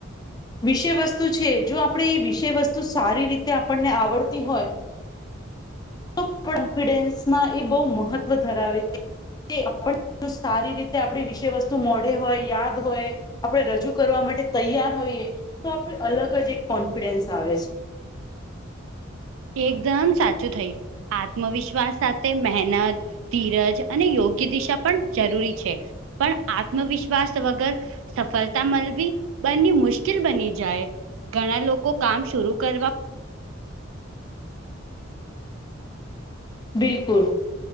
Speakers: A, on the left; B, on the right.
A: વિષય વસ્તુ છે જો આપડે એ વિષય વસ્તુ સારી રીતે આપણને આવડતી હોય <unintelligible> કોન્ફિડન્સમાં એ બહુ મહત્વ ધરાવે એ <unintelligible> સારી રીતે આપડે વિષય વસ્તુ મોઢે હોય યાદ તુ હોય આપડે રજૂ કરવા માટે તૈયાર હોઈએ તો આપડે અલગ જ એક કોન્ફિડન્સ આવે છે.
B: એકદમ સાચું થયું આત્મવિશ્વાસ સાથે મહેનત ધીરજ અને યોગ્ય દિશા પન જરૂરી છે. પણ આત્મવિશ્વાસ વગર સફલતા મલવી બંની મુશ્ક શ્કિલ બની જાય ઘણા લોકો કામ શુરુ કરવા
A: બિલકુલ